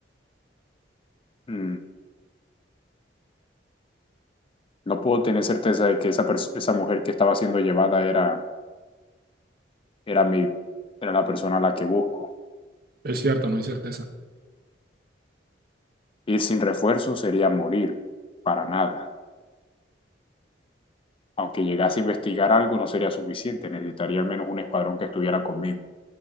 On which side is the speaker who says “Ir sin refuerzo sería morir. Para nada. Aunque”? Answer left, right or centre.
Left